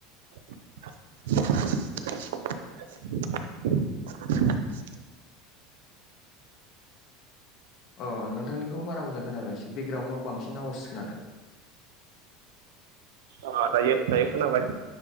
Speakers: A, on the right; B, on the left.
A: <unintelligible>
B: अ नोंथांनिखौ बारा मोजां खोनाफैयासै बेकग्राउन्डआव बांसिन आवास खोनादों।
A: अ दायो दायोखोनाबाय?